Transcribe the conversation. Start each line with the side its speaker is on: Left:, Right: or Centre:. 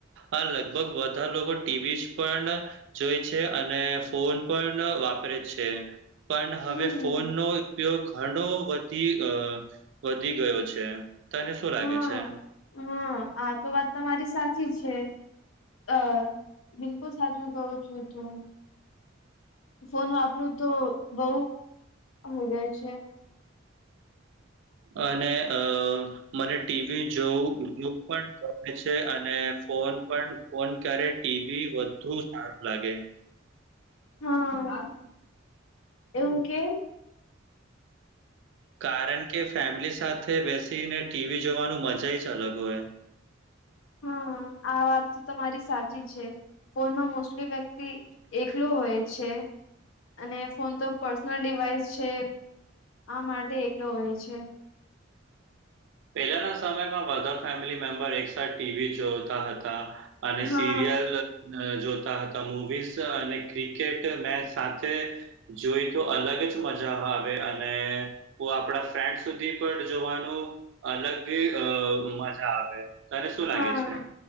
Right: અ લગભગ બધા લોકો ટીવીસ પણ જોઈ છે અને ફોન પણ વાપરે છે. પણ હવે
Left: હમ્મ.
Right: ફોનનો ઉપયોગ ઘણો વધી વધી ગયો છે. તને શું લાગે
Left: હા.
Right: છે?
Left: હા આ તો વાત તમારી સાચી જ છે. અ બિલકુલ સાચું કહ્યું છે તું. ફોન વાપરું તો બઉ હોગય છે.
Right: અને અ મને ટીવી જોવું એટલું પણ ગમે છે અને ફોન પણ ફોન કયારે ટીવી વધુ સાર્પ લાગે.
Left: હા એવું કે?
Right: કારણ કે ફેમિલી સાથે બેસીને ટીવી જોવાનું મજા યે જ અલગ હોય. <inaudible>
Left: હા આ વાતતો તમારી સાચી જ છે. ફોનમાં મોસ્ટલી વ્યક્તિ એકલો હોય છે. અને ફોન તો પર્સનલ ડિવાઈસ છે આ માટે એકલો હોય છે.
Right: પહેલાના સમયમાં બધા ફેમિલી મેમ્બર એક સાથે ટીવી જોતા હતા. અને
Left: હા
Right: સિરિયલ અ જોતા હતા મુવીઝ અને ક્રિકેટ મેચ સાથે જોઈ તો અલગ જ મજા આવે અને કો આપણા ફ્રેન્ડ સુધી પણ જોવાનું અલગ અ મજા આવે. તને શું લાગે
Left: હા.
Right: છે?